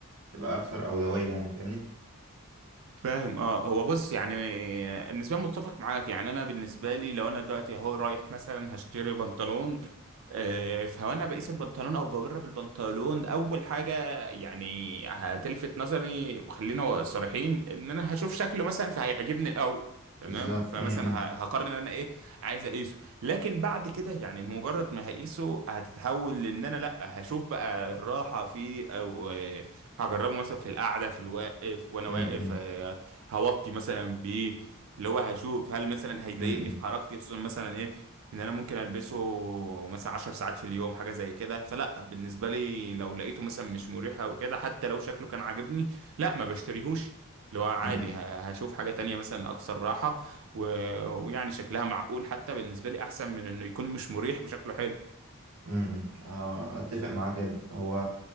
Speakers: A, on the right; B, on the right.
A: تبقى أكثر أولوية يعني فاهمني
B: فاهم اه هو بص يعني بالنسبه لي متفق معاك يعني انا بالنسبه لي لو انا دلوقتي اهو رايح مثلا هشتري بنطلون آه، فهو انا بقيس البنطلون او بجرب البنطلون اول حاجه يعني هتلفت نظري وخلينا صريحين ان انا هشوف شكله مثلا فهيعجبني الاول تمام
A: بالظبط
B: فمثلا
A: م- م-
B: ه- هقرر ان انا ايه عايز اقيسه لكن بعد كده يعني مجرد ما هقيسه هتتحول لان انا لا هشوف بقى الراحه فيه او آه، هجربه مثلا في القعده في الواقف وانا
A: م-
B: واقف آه، هوطي مثلا بايه اللي هو هشوف هل مثلا هيضايقني
A: م- م-
B: في حركتي خصوصا مثلا ايه ان انا ممكن البسه مثلا 10 ساعات في اليوم حاجه زي كده فلا بالنسبه لي لو لقيته مثلا مش مريح او كده حتى لو شكله كان عاجبني لا ما بشتريهوش اللي هو عادي
A: م-
B: ه- هشوف حاجه تانية مثلا اكثر راحه و... ويعني شكلها معقول حتى بالنسبه لي احسن من انه يكون مش مريح وشكله حلو
A: م- م- آه، أتفق معاك جدا هو